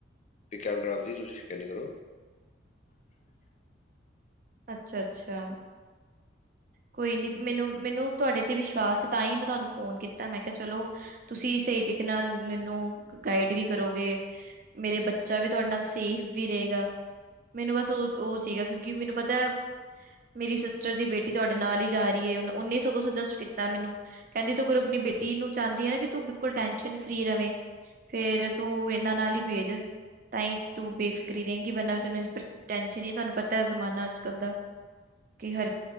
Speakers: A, on the left; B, on the right.
A: ਪਿੱਕ ਐਂਡ ਡ੍ਰੌਪ ਦੀ ਤੁਸੀਂ ਫਿਕਰ ਨੀਂ ਕਰੋ।
B: ਅੱਛਾ-ਅੱਛਾ। ਕੋਈ ਨੀ ਮੈਨੂੰ ਮੈਨੂੰ ਤੁਆਡੇ ਤੇ ਵਿਸ਼ਵਾਸ ਸੀ ਤਾਂਈਂ ਮੈਂ ਤੁਆਨੂੰ ਫੋਨ ਕੀਤਾ ਮੈਂ ਕੇਆ ਚਲੋ ਤੁਸੀ ਸਈ ਤਰੀਕੇ ਨਾਲ ਮੈਨੂੰ ਗਾਈਡ ਵੀ ਕਰੋਗੇ। ਮੇਰੇ ਬੱਚਾ ਵੀ ਤੁਆਡੇ ਨਾਲ ਸੇਫ ਵੀ ਰਏਗਾ। ਮੈਨੂੰ ਬਸ ਓ ਓ ਸੀਗਾ, ਕਿਉਂਕਿ ਮੈਨੂੰ ਪਤੈ ਮੇਰੀ ਸਿਸਟਰ ਦੀ ਬੇਟੀ ਕੀ ਤੁਆਡੇ ਨਾਲ ਈ ਜਾ ਰਿਐ, ਓਨੀ ਈ ਸਗੋਂ ਸੁਜੈਸਟ ਕੀਤਾ ਮੈਨੂੰ। ਕੈਂਦੀ ਤੂੰ ਅਗਰ ਅਪਨੀ ਬੇਟੀ ਨੂੰ ਚਾਂਦੀ ਏਨਾ ਕਿ ਤੂੰ ਬਿਲਕੁਲ ਟੈਨਸ਼ਨ ਫ੍ਰੀ ਰਵੇਂ ਫੇਰ ਤੂੰ ਏਨਾਂ ਨਾਲ ਈ ਪੇਜ। ਤਾਈਂ ਤੂੰ ਬੇਫਿਕਰੀ ਰਏਗੀ ਵਰਨਾ ਤ ਟੈਨਸ਼ਨ ਈਏ ਤੁਆਨੂੰ ਪਤੈ ਜਮਾਨਾ ਅੱਜ-ਕੱਲ ਦਾ। ਕੀ ਹਰ